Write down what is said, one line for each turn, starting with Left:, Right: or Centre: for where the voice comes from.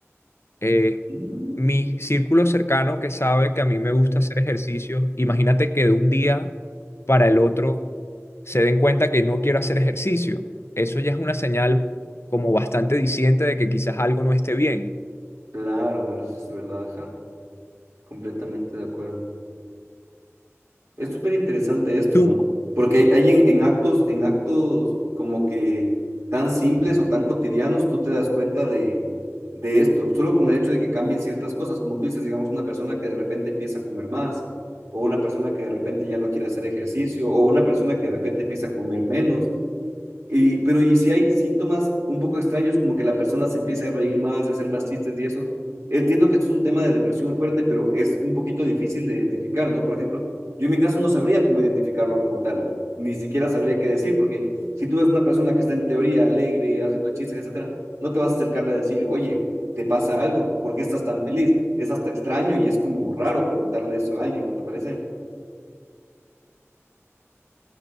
Left: Eh,
Right: Mm,
Left: mi círculo cercano que sabe que a mí me gusta hacer ejercicio, imagínate que de un día para el otro se den cuenta que no quiero hacer ejercicio. Eso ya es una señal como bastante diciente de que quizás algo no esté bien.
Right: Claro, bueno, eso es verdad, ajá, completamente de acuerdo. Es súper interesante esto,
Left: ¿Tú
Right: ¿no? Porque hay, hay en, en actos, en actos como que tan simples o tan cotidianos, tú te das cuenta de, de esto, solo con el hecho de que cambien ciertas cosas, como tú dices, digamos, una persona que de repente empieza a comer más, o una persona que de repente ya no quiere hacer ejercicio, o una persona que de repente empieza a comer menos, y, pero y si hay síntomas un poco extraños, como que la persona se empieza a reír más, de hacer más chistes y eso, entiendo que esto es un tema de depresión fuerte, pero es un poquito difícil de identificar, ¿no? Por ejemplo, yo en mi caso no sabría cómo identificarlo como tal, ni siquiera sabría qué decir, porque si tú ves una persona que está en teoría alegre, haciendo chistes, etcétera, no te vas a acercarle a decir, oye, ¿te pasa algo? ¿Por qué estás tan feliz? Es hasta extraño y es como raro preguntarle eso a alguien, ¿no te parece?